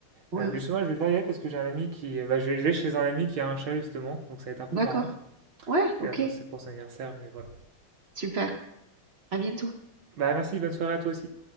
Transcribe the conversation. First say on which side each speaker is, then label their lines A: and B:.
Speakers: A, on the right; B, on the right.
A: Ouais,
B: Euh, bah,
A: ouais.
B: justement, je vais devoir y aller parce que j'ai un ami qui, bah, je vais, je vais chez un ami qui a un chat justement, donc ça va être un peu
A: D'accord.
B: marrant.
A: Ouais, ok,
B: Et, enfin, c'est pour son anniversaire, mais voilà.
A: super. À bientôt.
B: Bah merci, bonne soirée à toi aussi.